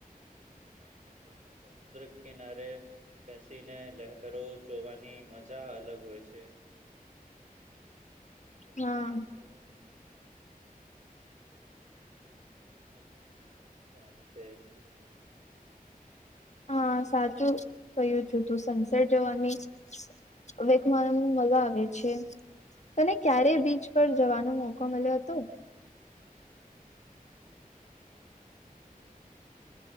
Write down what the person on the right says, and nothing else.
મને પણ સમુદ્ર કિનારે બેસીને લહેરો જોવાની મજા અલગ હોય છે.
સનસેટ
જોવાની ઓ પણ એકદમ આનંદ આવે છે જોવાનું
હ